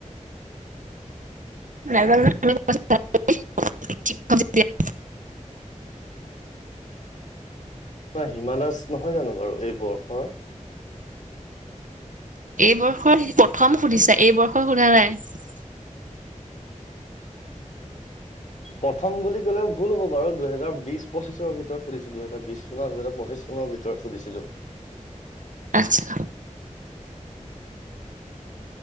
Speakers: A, on the right; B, on the left.
A: নেজানো <unintelligible>
B: কিবা হিমা দাস নহয় জানো বাৰু এই বৰ্ষৰ?
A: এইবৰ্ষৰ প্ৰথম সুধিছা এইবৰ্ষৰ সোধা নাই?
B: প্ৰথম বুলি ক'লে ভুল হ'ব বাৰু দুহেজাৰ বিছ পঁচিছৰ ভিতৰত সুধিছো, দুহেজাৰ বিছ <unintelligible> দুহেজাৰ পঁচিছ। চনৰ ভিতৰত সুধিছিলো।
A: আচ্ছা।